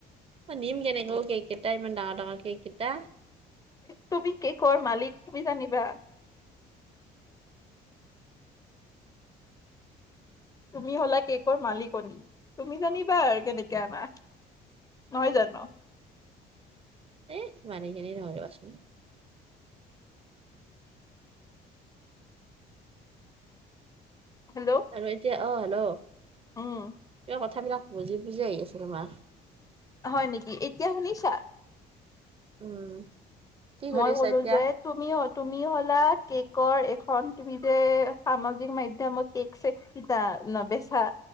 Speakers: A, on the right; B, on the left.
A: অ নিম কেনেকুৱ অ কেক কেইটা ইমান ডাঙৰ ডাঙৰ কেক কেইটা।
B: তুমি কেকৰ মালিক তুমি জানিবা। তুমি হলা কেকৰ মালিকনী তুমি জানিবা আৰু কেনেকে আনা। নহয় জানো?
A: এ মানেই খিনি নৰকচোন
B: হেল্ল'
A: আৰু এতিয়া অ হেল্ল'
B: উম
A: কিবা কথাবিলাক বুজি বুজিএ আহি আহিআচে তোমাৰ।
B: হয় নেকি এতিয়া শুনিছা?
A: উম কি কৰি
B: মই
A: আছা
B: ক'লো
A: এতিয়া?
B: যে তুমি তুমি হ'লা কেকৰ এখন তুমি যে সামাজিক মাধ্যয়মত কেক <unintelligible> কিতা নেবেচা